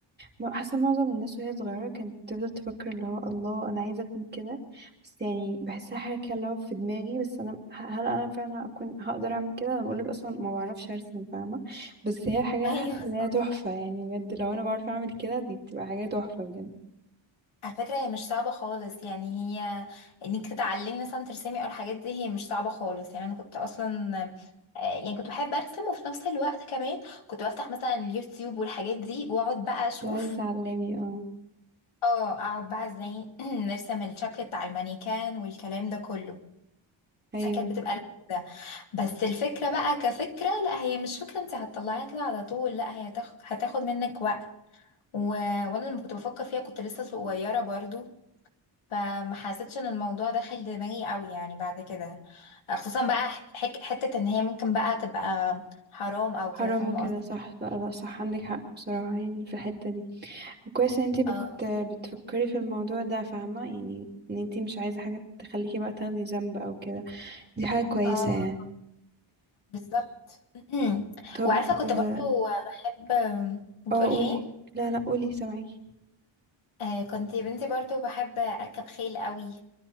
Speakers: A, on the right (about 20°); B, on the left (about 80°).
A: م- حاسة معظم الناس وهي صغيرة كانت بتفضل تفكر اللي هو الله أنا عايزة أكون كده بس يعني بحسها حاجة كده اللي هو في دماغي بس أنا ه- هل أنا فعلا أكون هقدر أعمل كده أنا بقولك أصلا ما بعرفش أرسم فاهمة بس هي حاجة
B: <laughs> ايوه
A: حاسة إن هي تحفة يعني بجد لو أنا بعرف أعمل كده دي بتبقى حاجة تحفة بجد
B: على فكرة هي مش صعبة خالص يعني هي انك تتعلمي مثلا ترسمي او الحاجات دي هي مش صعبة خالص يعني انا كنت اصلا آه، يعني كنت بحب ارسم وفي نفس الوقت كمان كنت بفتح مثلا اليوتيوب والحاجات دي واقعد بقى اشوف
A: لو عايزة تعلمي اه
B: اه اقعد بقى ازاي <clears throat> نرسم الشكل بتاع المانيكان والكلام ده كله
A: أيوه
B: فكانت بتبقى لذيذة بس الفكرة بقى كفكرة لا هي مش فكرة انت هتطلعيها كده على طول لا هي هتاخد هتاخد منك وقت و... وانا لما كنت بفكر فيها كنت لسه صغيرة برضو فما حسيتش ان الموضوع داخل دماغي قوي يعني بعد كده خصوصا بقى حت- حك حتة ان هي ممكن بقى تبقى حرام او
A: حرام
B: كده فاهمة
A: وكده
B: قصدي
A: صح لا لا صح عندك حق بصراحة يعني في الحتة دي وكويس إن انتي بت...
B: اه
A: بتفكري في الموضوع ده فاهمة يعني إن انتي مش عايزة حاجة تخليكي بقى تاخدي ذنب أو كده دي حاجة كويسة
B: اه
A: يعني
B: بالظبط <clears throat>
A: طب
B: وعارفة كنت
A: اه
B: برضو بحب بتقولي
A: آه، قولي
B: ايه
A: لا لا قولي سامعاكي
B: آه كنت يا بنتي برضو بحب اركب خيل قوي